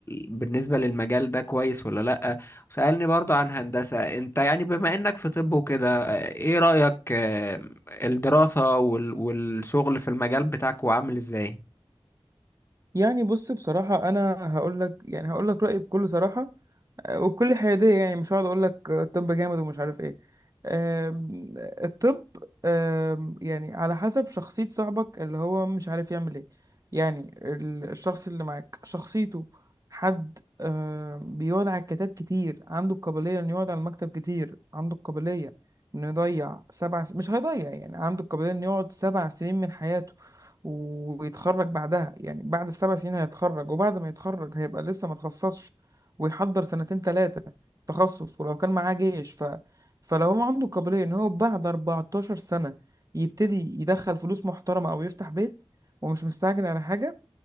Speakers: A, on the left; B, on the right.
A: بالنسبة للمجال ده كويس ولا لأ سألني برضو عن هندسة انت يعني بما انك في طب وكده ايه رأيك آه، الدراسة وال... والشغل في المجال بتاعك وعامل ازاي؟
B: يعني بص بصراحة أنا هقول لك يعني هقول لك رأيي بكل صراحة وبكل حيادية يعني مش هقعد اقول لك الطب جامد ومش عارف ايه آم، الطب آم، يعني على حسب شخصية صاحبك اللي هو مش عارف يعمل ايه يعني ال- الشخص اللي معاك شخصيته حد آم، بيقعد على الكتاب كتير عنده القابلية انه يقعد على المكتب كتير عنده القابلية انه يضيع سبع س... مش هيضيع يعني عنده القابلية انه يقعد سبع سنين من حياته ويتخرج بعدها يعني بعد السبع سنين هيتخرج وبعد ما يتخرج هيبقى لسه ما تخصصش ويحضر سنتين ثلاثة تخصص ولو كان معاه جيش ف... فلو هو عنده قابلية ان هو بعد 14 سنة يبتدي يدخل فلوس محترمة او يفتح بيت ومش مستعجل على حاجة